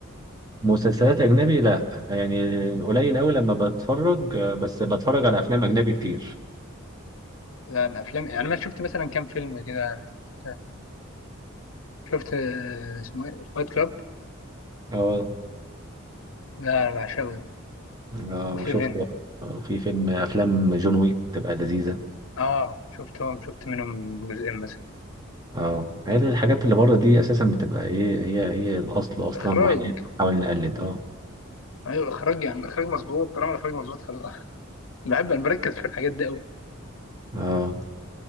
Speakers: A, on the right; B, on the left.
A: مسلسلات اجنبي لا يعني قليل قوي لما بتفرج آه، بس بتفرج على افلام اجنبي كتير
B: يعني افلام يعني انا شفت مثلا كام فيلم كده يعني شفت شفت آه، اسمه ايه فايت كلاب
A: اه
B: لا بعشقه ده
A: اه
B: وسيفن
A: وشفت آه، في فيلم افلام جون ويك تبقى لذيذه
B: اه شفتهم شفت منهم جزئين مثلا
A: اه هي الحاجات اللي بره دي اساسا بتبقى ايه هي هي الاصل اصلا
B: اخراج
A: واحنا بنحاول نقلد اه
B: ايوه اخراج يعني اخراج مظبوط طالما الاخراج مظبوط خلاص بحب انا بركز في الحاجات دي
A: اه